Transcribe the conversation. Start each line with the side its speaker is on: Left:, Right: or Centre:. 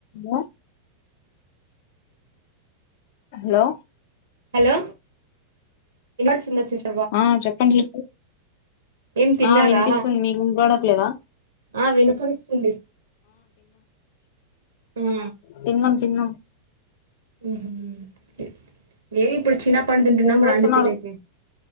Left: ఊ hello
Right: hello ఎంద <unintelligible>
Left: ఆ చెప్పండి స్లిప్
Right: ఏం తిన్నారా
Left: ఆ వినిపిస్తుంది మీక్ వినిపడట్లేదా
Right: ఆ వినపడిస్తుంది ఆ
Left: తిన్నం తిన్న
Right: మ్ ఉ మేమిప్పుడు చీనా పండ్ తింటున్నాం
Left: ఏం చేస్తున్నారు
Right: రాండి తినేకి